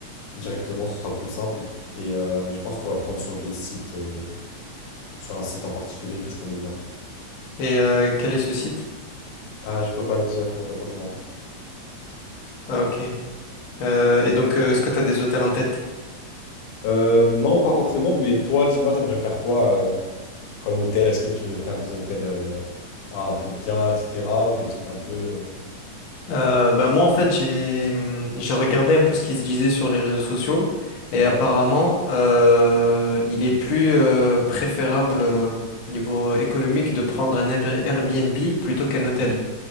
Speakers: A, on the left; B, on the left.
A: directement, ce sera plus simple. Et euh, mais je pense qu'on va prendre sur des sites, euh, sur un site en particulier que je connais bien.
B: Et euh, quel est ce site?
A: Ah, je peux pas le dire, malheureusement.
B: Ah ok. Euh, et donc, euh, est-ce que tu as des hôtels en tête?
A: Euh, non, pas forcément, mais toi, dis-moi, t'aimerais faire quoi euh, comme hôtel? Est-ce que tu veux faire des hôtels euh, voilà, un peu bien, etc., ou des trucs un peu. euh,
B: Euh, bah moi, en fait, j'ai hum, j'ai regardé un peu ce qui se disait sur les réseaux sociaux et
A: Ouais,
B: apparemment, euh, il est plus euh, préférable euh, niveau économique de prendre un Air- Airbnb plutôt qu'un hôtel.